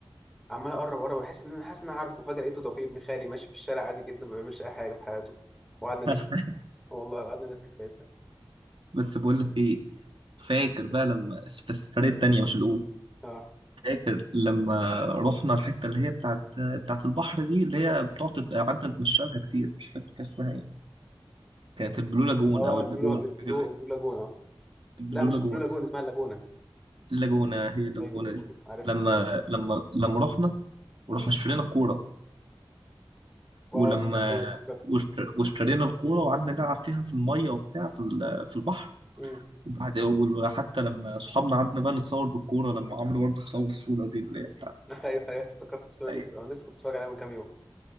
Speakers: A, in the centre; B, on the right.
A: عمال اقرب اقرب احس ان انا حاسس ان انا عارفه فجاه لقيته توفيق ابن خالي ماشي في الشارع عادي جدا ما بيعملش اي حاجه في حياته وقعدنا
B: <laughs>
A: نضحك والله قعدنا نضحك ساعتها
B: بس بقول لك ايه فاكر بقى لما في السفريه التانيه مش الاولى
A: اه
B: فاكر لما رحنا الحته اللي هي بتاعت بتاعت البحر دي اللي هي بتقعد تت- قعدنا نتمشى لها كتير مش فاكر كان اسمها ايه كانت البلو لاجون
A: اه
B: او
A: البلو
B: اللاجون
A: البلو
B: حاجه زي
A: البلو لاجون اه
B: البلو
A: لا مش
B: لاجون
A: البلو لاجون اسمها اللاجونه
B: اللاجونة هي اللاجونة
A: ايوه اللاجونه
B: دي
A: عارف
B: لما لما لما رحنا ورحنا اشترينا الكورة
A: اه
B: ولما
A: ش- ايوه افتكرت
B: واشت- واشترينا الكورة وقعدنا نلعب فيها في المية وبتاع في ال- في البحر
A: امم
B: وبعد وحتى لما صحابنا قعدنا بقى نتصور بالكورة لما عمرو برضه صور الصورة دي اللي هي بتاعت
A: <laughs> ايوه ايوه افتكرت الصوره
B: هي
A: دي حلوه أنا لسه كنت بتفرج عليها من كام يوم